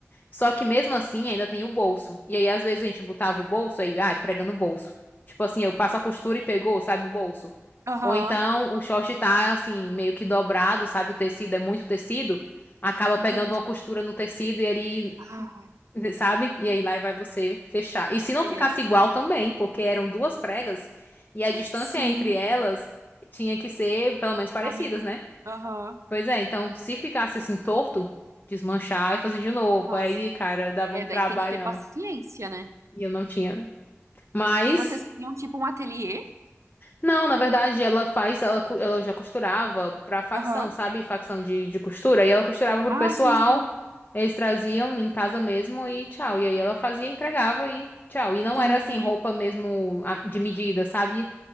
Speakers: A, on the left; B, on the right.
A: Só que mesmo assim ainda tem o bolso. E aí, às vezes, a gente botava o bolso aí, ai, prega no bolso. Tipo assim, eu passo a costura e pegou, sabe, o bolso.
B: aham,
A: Ou então o short tá assim, meio que dobrado, sabe? O tecido é muito tecido. Acaba pegando
B: entendi.
A: uma costura no tecido e ele
B: Ah,
A: sabe? E aí lá vai você fechar. E se não
B: aí
A: ficasse
B: é,
A: igual também, porque eram duas pregas e a distância
B: sim,
A: entre elas tinha que ser pelo menos parecidas,
B: a mesma.
A: né?
B: Aham,
A: Pois é, então se ficasse assim torto, desmanchar e fazer de novo.
B: nossa.
A: Aí, cara, dava
B: É,
A: um
B: daí
A: trabalhão.
B: tem que ter paciência, né?
A: E eu não tinha. Mas
B: E vocês tinham tipo um ateliê?
A: Não, na verdade, ela faz, ela, cu- ela já costurava pra facção,
B: Aham.
A: sabe? Facção de, de costura. E ela costurava pro
B: Ah,
A: pessoal,
B: sim, sim,
A: eles traziam em casa mesmo e tchau. E aí ela fazia, entregava e tchau. E não
B: entendi.
A: era assim, roupa mesmo a- de medida, sabe?